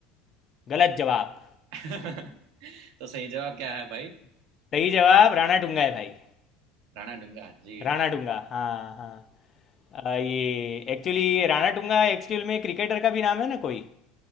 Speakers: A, on the left; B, on the right.
A: गलत जवाब
B: <laughs> तो सही जवाब क्या है भाई
A: सही जवाब राणा टुंगा है भाई
B: राणा डूंगा जी
A: राणा
B: जी
A: टुंगा हाँ हाँ अ, ये एक्चुअली राणा टुंगा एक्चुअल में क्रिकेटर का भी नाम है ना कोई